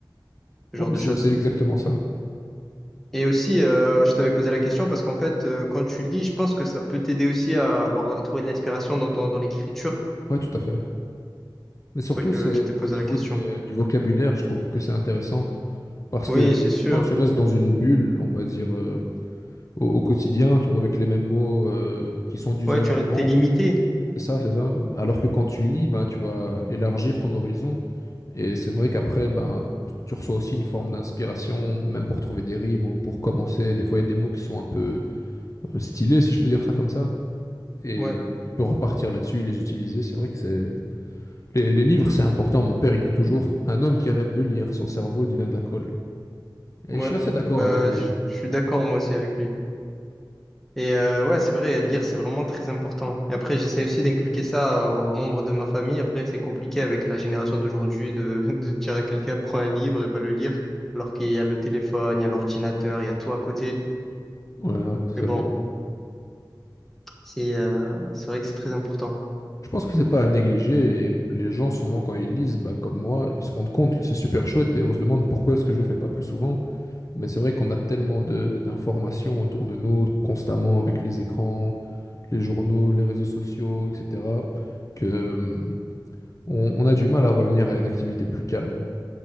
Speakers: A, in the centre; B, on the left (about 40°).
A: ce
B: Ouais,
A: genre
B: mais
A: de
B: c'est
A: choses.
B: c'est exactement ça.
A: Et aussi, euh, je t'avais posé la question parce qu'en fait, euh, quand tu lis, je pense que ça peut t'aider aussi à avoir, à trouver de l'inspiration dans ton, dans l'écriture.
B: Ouais, tout à fait. Mais surtout,
A: C'est pour ça que
B: c'est
A: je t'ai posé
B: au niveau
A: la question.
B: des- du vocabulaire, je trouve que c'est intéressant. Parce
A: Oui,
B: que
A: c'est
B: sinon,
A: sûr.
B: tu restes dans une bulle, on va dire, euh, au, au quotidien, tu vois, avec les mêmes mots euh, qui sont d'usage
A: Ouais, tu
B: courant.
A: es limité.
B: C'est ça, c'est ça. Alors que quand tu lis, ben, tu vas élargir ton horizon. Et c'est vrai qu'après, ben, tu reçois aussi une forme d'inspiration, même pour trouver des rimes ou pour commencer. Des fois, il y a des mots qui sont un peu euh, stylés, si je peux dire ça comme ça. Et
A: Ouais,
B: tu peux repartir là-dessus, les utiliser. C'est vrai que c'est... Les, les livres, c'est important. Mon père, il dit toujours, un homme qui arrête de lire, son cerveau devient de la colle. Et
A: ouais.
B: je suis assez d'accord
A: Bah,
B: avec lui.
A: je je suis d'accord moi aussi avec lui. Et euh, ouais, c'est vrai, lire, c'est vraiment très important. Et après, j'essaie aussi d'inculquer ça aux membres de ma famille. Après, c'est compliqué avec la génération d'aujourd'hui de, <laughs> de dire à quelqu'un, prends un livre et va le lire, alors qu'il y a le téléphone, il y a l'ordinateur, il y a tout à côté.
B: Ouais, ouais, c'est
A: Mais bon,
B: vrai.
A: c'est euh, c'est vrai que c'est très important.
B: Je pense que c'est pas à négliger et les gens souvent quand ils lisent, bah, comme moi, ils se rendent compte que c'est super chouette et on se demande pourquoi est-ce que je le fais pas plus souvent. Mais c'est vrai qu'on a tellement de d'informations autour de nous constamment avec les écrans, les journaux, les réseaux sociaux, etc. que euh, on, on a du mal à revenir à une activité plus calme.